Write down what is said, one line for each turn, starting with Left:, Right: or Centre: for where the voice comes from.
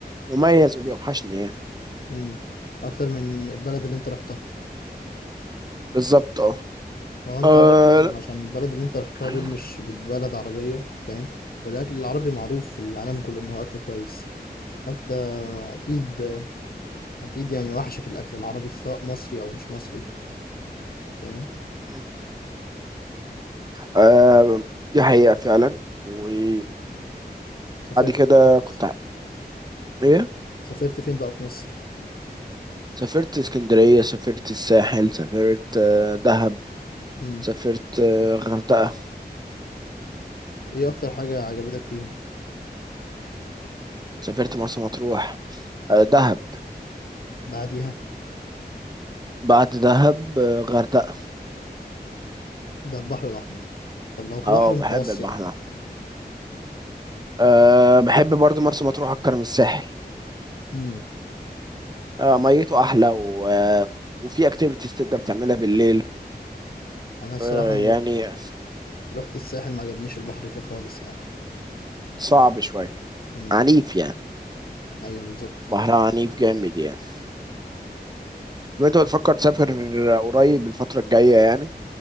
Right: مميز وبيوحشني يعني
Left: مم. اكتر من البلد اللي انت رحتها
Right: بالظبط أه
Left: هو انت
Right: آه،
Left: برضو عشان البلد اللي انت رحتها
Right: لا.
Left: دول مش بلد عربية فاهم والاكل العربي معروف في العالم كله ان هو اكل كويس فانت اكيد اكيد يعني وحشك الاكل العربي سواء مصري او مش مصري فاهم
Right: مم. آه، دي حقيقة فعلا وبعد
Left: سافرت
Right: كده
Left: فين بقى في
Right: كنت
Left: مصر
Right: ع- إيه
Left: سافرت فين بقى في مصر
Right: سافرت اسكندرية سافرت الساحل سافرت آه، دهب
Left: مم.
Right: سافرت آه، غردقة
Left: ايه اكتر حاجة عجبتك فيهم
Right: سافرت مرسى مطروح آه، دهب
Left: بعديها
Right: بعد دهب آه، غردقة
Left: ده البحر الاحمر طب لو كبحر
Right: اه
Left: متوسط
Right: بحب البحر أه بحب برضو مرسى مطروح أكتر من الساحل
Left: مم.
Right: أه ميته أحلى و... آه، وفي أكتيفيتيز تقدر تعملها بالليل
Left: انا الصراحة
Right: أه يعني
Left: رحت الساحل ما عجبنيش البحر فيه خالص يعني
Right: صعب شوية
Left: مم.
Right: عنيف يعني
Left: ايوه بالظبط
Right: بحرها عنيف جامد يعني طب أنت بتفكر تسافر قريب الفترة الجاية يعني